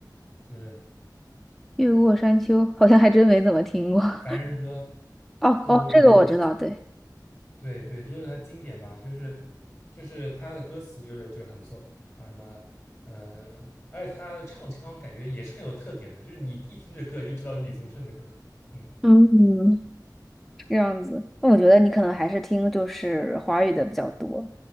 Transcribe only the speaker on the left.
就是
《凡人歌》，
这都是他。
对对，这就是他经典嘛，就是就是他的歌词就是就是很不错啊，什么呃，而且他的唱腔感觉也是很有特点的，就是你一听这歌就知道是李宗盛的歌。嗯，